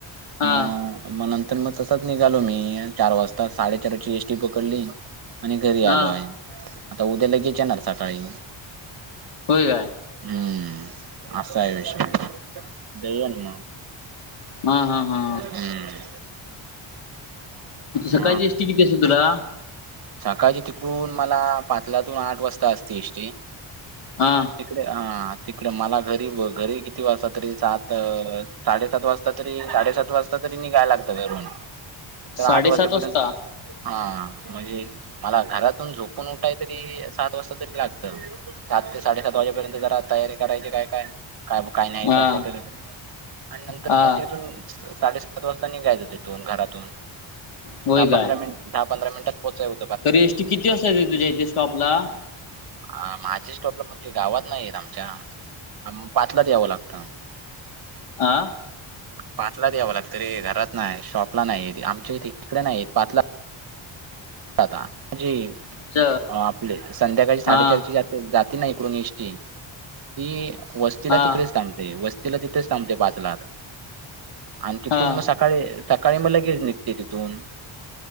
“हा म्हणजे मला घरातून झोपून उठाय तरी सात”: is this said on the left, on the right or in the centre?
Right